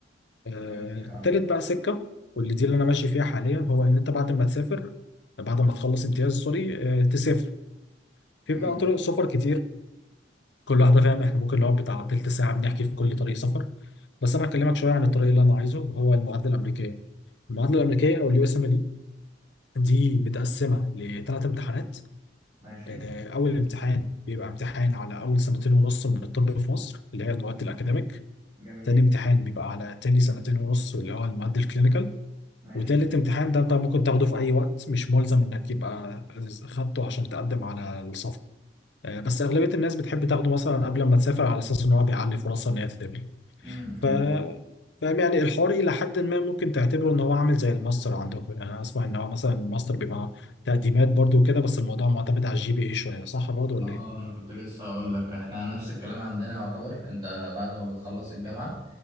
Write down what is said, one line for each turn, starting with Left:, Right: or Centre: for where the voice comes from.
Left: آه،
Right: فهمتك
Left: التالت
Right: اه
Left: بقى سكة واللي دي اللي أنا ماشي فيها حاليا هو إن أنت بعد ما تسافر بعد ما تخلص امتياز سوري آه، تسافر في
Right: امم
Left: بقى طرق سفر كتير كل واحده فاهم احنا ممكن نقعد بتاع تلت ساعه بنحكي في كل طريق سفر بس انا هكلمك شويه عن الطريق اللي انا عايزه وهو المعادله الامريكيه المعادله الامريكيه او اليو اس ام ال دي متقسمه لثلاث امتحانات
Right: ماشي
Left: آه، اول امتحان بيبقى امتحان على اول سنتين ونص من الطب في مصر اللي هي المواد الاكاديميك
Right: جميل
Left: تاني امتحان بيبقى على تاني سنتين ونص اللي هو المواد الكلينيكال
Right: ماشي
Left: وتالت امتحان ده انت ممكن تاخده في اي وقت مش ملزم انك يبقى خدته عشان تقدم على السفر آه، بس اغلبيه الناس بتحب تاخده مثلا قبل ما تسافر على اساس ان هو بيعلي فرصها ان هي تتقبل
Right: امم
Left: ف فاهم يعني الحوار إلى حد ما ممكن تعتبره إن هو عامل زي الماستر عندكم يعني أنا أسمع إن هو مثلا الماستر بيبقى تقديمات برضو كده بس الموضوع معتمد على الجي بي إيه شوية صح برضو ولا
Right: اه
Left: إيه؟
Right: انا كنت لسه هقول لك احنا نفس الكلام عندنا يعتبر انت بعد ما بتخلص الجامعة